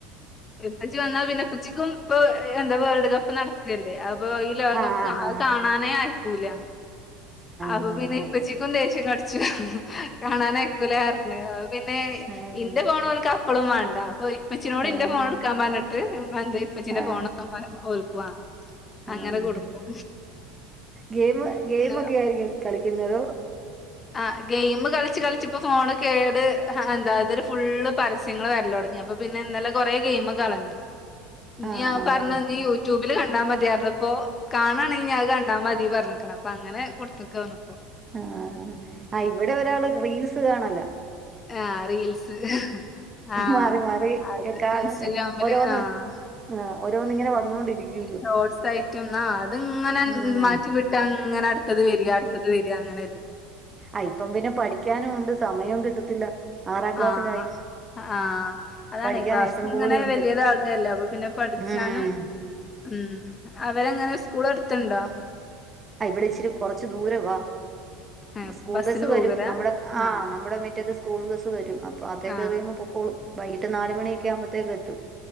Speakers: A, on the left; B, on the right.
A: കഴിച്ചു വന്നാ പിന്നെ പുച്ചിക്കും ഇപ്പൊ എന്താ വേൾഡ് കപ്പ് നടക്ക്‌ല്ലേ അപ്പൊ ഈ ലോകകപ്പ്
B: ആഹ് ആഹ് ആഹ് ആഹ്
A: അത് കാണാനേ ആയി ക്കൂല അപ്പൊ
B: ആഹ്
A: പിന്നെ ഇപ്പച്ചിക്കും ദേഷ്യം ച്ച് കാണാൻ അയ്ക്കൂല പർഞ് പിന്നെ
B: ആഹ്
A: ഇന്റെ
B: ആഹ്
A: ഫോണ് ഓൽക്ക്‌ അപ്പളും വാ ന്താവും ഓര് ഇപ്പച്ചിനോട്
B: ആഹ്
A: ഇന്റെ ഫോൺ എടുക്കാൻ പറഞ്ഞിട്ട് എന്തി ഇപ്പച്ചീന്റെ
B: ആഹ്
A: ഫോണ് പോല ഓൽക്കുവാണം
B: ആഹ്
A: അങ്ങനെ കൊടുക്കും
B: ഗെയിം ഗെയിമൊക്കെ
A: ഉം
B: ആയിരിക്കും കളിക്കുന്നത്
A: ആ ഗെയിം കളിച്ച് കളിച്ച് ഇപ്പോ ഫോണ് കേട് എന്താ ഇതില് ഫുള്ള് പരസ്യങ്ങള് വരല് തൊടങ്ങി അപ്പൊ പിന്നെ ഇന്നലെ കൊറെേ ഗെയിം കളഞ്ഞു
B: ആഹ്
A: ഞാ പറഞ് നി യൂട്യൂബില് കാണ കണ്ടാ മതിയരർഞു പ്പോ കാണണെങ്കി അത് കണ്ടാമതി പറഞ്ഞക്ക്‌ണ് അപ്പൊ അങ്ങനെ കൊടുത്ത്ക്കാ തോണു ഇപ്പൊ
B: ആഹ് ആ ഇവ്ടെ ഒരാള് റീൽസ് സ് കാണലാ
A: ആഹ് റീൽസ് ആഹ്
B: മാറി മാറി
A: അത്
B: കാണും
A: ഇൻസ്റ്റഗ്രാമില്
B: ഓരോന്ന്
A: ആഹ്
B: ഓരോന്ന് ഇങ്ങനെ വന്നോണ്ടിരിക്കുല്ലോ
A: ഷോട്ട്സായിട്ടും ആ അത്ങ്ങനെ
B: ഉം
A: മാറ്റി വിട്ടാ അങ്ങനെ ട് അടുത്തത് വര്യ അടുത്തത് വര്യ അ അങ്ങനല്ലെ
B: അയിപ്പം പിന്നെ പഠിക്കാനും ഉണ്ട് സമയേം കിട്ടത്തില്ല ആറാം ക്ലാസ്സിലായി
A: ആഹ് ആഹ് ആഹ് അതാണെ
B: പഠിക്കാൻ
A: ക്ലാസ്സ്
B: ഇഷ്ടം
A: ഇങ്ങനെ
B: പോലെ ഉണ്ട്
A: വല്യതാകല്ലെ അപ്പൊ പിന്നെ പഠിച്ചാനും
B: ഉം
A: ഉം അവരെങ്ങനെ സ് കുളട്ത്ത്ഇണ്ടോ
B: ഇവ്ടെ ഇച്ചിരി കുറച്ചു ദൂരംവാ
A: ഏഹ്
B: സ്കൂൾ
A: ബസ്സിന്
B: ബസ്സ്
A: പോകലാ
B: വരും നമ്മളെ ആ
A: ആഹ്
B: നമ്മ്ടെ മിറ്റത്ത് സ്കൂൾ ബസ്സ് വരും അപ്പൊ അതൊ
A: ആഹ്
B: കയറിയങ് പൊക്കോളും വൈകിട്ട് നാല്മണിയൊക്കെ ആവ്മ്പ തെക്ക്എത്തും